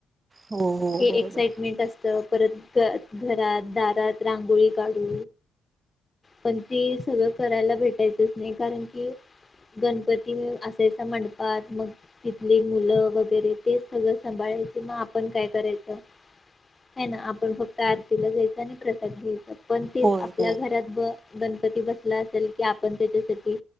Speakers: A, on the right; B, on the left.
A: हो हो
B: हे
A: बरोबर.
B: एक्साइटमेंट असतं परत ग घरात दारात रांगोळी काढू पण ते सगळं करायला भेटायचंच नाही कारण कि गणपती असायचा मंडपात मग तिथली मुलं वगैरे ते सगळं सांभाळाय किंवा आपण काय करायचं है ना आपण फक्त आरतीला जायचं आणि प्रसाद घ्यायचा पण तेच
A: होय
B: आपल्या
A: होय
B: घरात ब गण पती बसला असेल की आपण त्याच्यासाठी